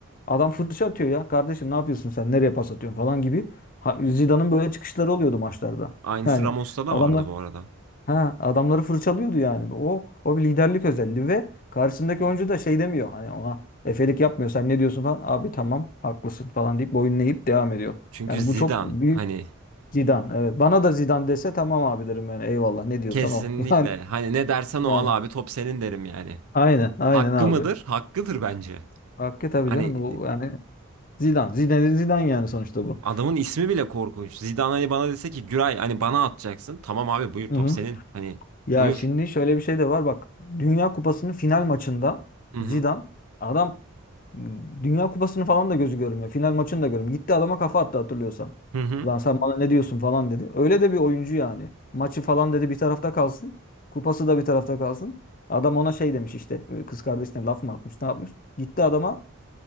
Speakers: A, on the left; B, on the right.
A: adam fırça atıyor ya. Kardeşim ne yapıyorsun sen? Nereye pas atıyorsun falan gibi. Ha, Zidane'ın böyle çıkışları oluyordu maçlarda. <laughs>
B: Aynısı
A: Yani
B: Ramos'ta da
A: adamlar
B: vardı bu arada.
A: ha adamları fırçalıyordu yani. O o bir liderlik özelliği ve karşısındaki oyuncu da şey demiyor. Hani ona efelik yapmıyor. Sen ne diyorsun falan. Abi tamam haklısın falan deyip boyun eğip devam ediyor.
B: Çünkü
A: Yani
B: Zidane
A: bu çok büyük
B: hani
A: Zidane evet. Bana da Zidane dese tamam abi derim yani eyvallah ne diyorsan
B: kesinlikle
A: o. <laughs> Yani
B: hani ne dersen
A: yani
B: o al abi top senin derim yani.
A: aynen aynen
B: Hakkı
A: abi.
B: mıdır? Hakkıdır bence.
A: Hakkı tabii
B: Hani
A: canım bu yani Zidane. Zidane Zidane yani sonuçta bu.
B: adamın ismi bile korkunç. Zidane hani bana dese ki Güray hani bana atacaksın. Tamam abi buyur
A: Hı
B: top
A: hı.
B: senin. Hani
A: Ya
B: buyur.
A: şimdi şöyle bir şey de var bak. Dünya Kupası'nın final maçında
B: Hı
A: Zidane
B: hı.
A: adam m, Dünya Kupası'nı falan da gözü görmüyor. Final maçını da görmüyor. Gitti adama kafa attı hatırlıyorsan.
B: Hı hı.
A: Ulan sen bana ne diyorsun falan dedi. Öyle de bir oyuncu yani. Maçı falan dedi bir tarafta kalsın. Kupası da bir tarafta kalsın. Adam ona şey demiş işte e, kız kardeşine laf mı atmış ne yapmış. Gitti adama